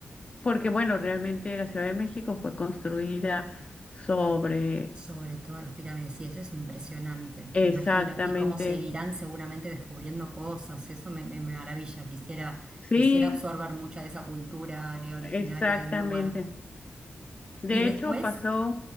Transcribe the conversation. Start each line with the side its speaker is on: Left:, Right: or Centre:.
Left: porque bueno, realmente la Ciudad de México fue construida sobre
Right: Sobre todo las pirámides, sí, eso es impresionante,
Left: Exactamente,
Right: me imagino. Y cómo seguirán seguramente descubriendo cosas, eso me, me- me maravilla. Quisiera,
Left: sí,
Right: quisiera absorber mucha de esa cultura, eh, originaria
Left: exactamente.
Right: del lugar.
Left: De
Right: Y después,
Left: hecho, pasó